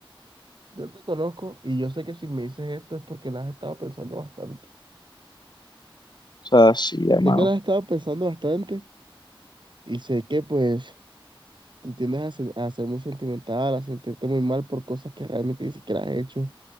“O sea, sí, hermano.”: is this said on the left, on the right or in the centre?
Left